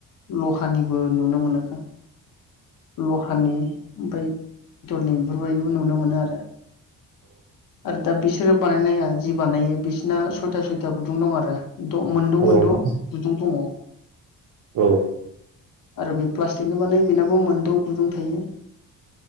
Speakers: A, on the left; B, on the right.
A: लहानिबो नुनो मोनोखा <inaudible> लहानि ओमफाय <inaudible> बेफोरबायदिबो नुनो मोनो आरो आरो दाब बि बिसोरो बानायनाया जि बानायो बिसिना सयथा सयथा गुदुं दं आरो द मोनद'
B: औ
A: मोनद'
B: औ
A: गुदुं दङ।
B: औ।
A: आरो बे प्लास्टिकनि बानाय बेनाबो मोनद' गुदुं थायो।